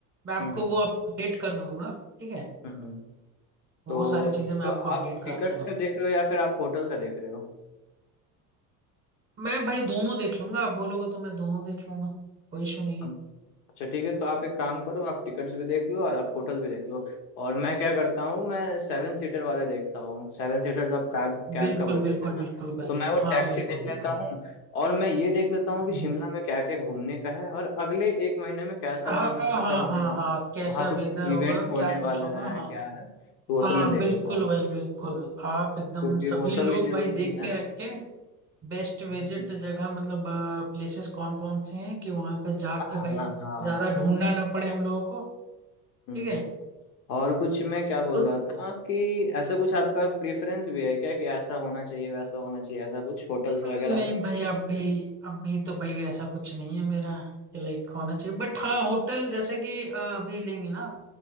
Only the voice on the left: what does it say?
हम्म
हम्म
तो
तो
आप
टिकट्स
का देख रहे हो या फिर आप होटल का देख रहे
हो अच्छा ठीक है तो आप एक काम करो आप टिकट्स भी देख लो और आप होटल भी देख लो और मैं क्या करता हूँ मैं सेवन सीटर वाले देखता हूँ सेवन सीटर जो आप कैब
कैब
का बोल
रहे थे ना
तो मैं वो
टैक्सी
देख
लेता हूँ और मैं ये देख लेता हूँ
कि शिमला
में क्या क्या घूमने का है और अगले एक महीने में कैसा
वहाँ पे
मौसम होगा
वहाँ कुछ
इवेंट होने
वाला
है
क्या है तो वो
सब मैं देख
लेता हूँ
क्योंकि
वो सब
भी जरूरी
है
हम्म, हम्म।
हाँ
हाँ
हम्म
हम्म। और कुछ मैं क्या बोल
रहा था कि ऐसा कुछ आपका प्रेफरेंस भी है क्या कि ऐसा होना चाहिए वैसा होना चाहिए ऐसा कुछ होटल्स वगैरह
में